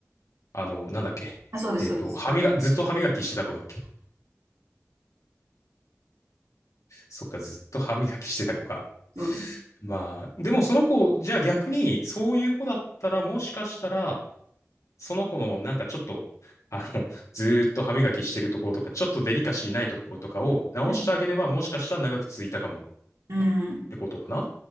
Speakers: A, on the left; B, on the right.
A: あの、なんだっけ。
B: あ、そうです、
A: えっと、
B: そうです。
A: 歯磨、
B: あの、
A: ずっと歯磨きしてた子だっけそっか、ずっと歯磨きしてた子か。
B: そうです。
A: まあ、でもその子、じゃあ逆に、そういう子だったら、もしかしたら、その子のなんかちょっと、あの、ずーっと歯磨きしてるところとか、ちょっとデリカシーないところとかを直してあげれば、
B: うん。
A: もしかしたら長く続いたかもっ
B: うん
A: てことかな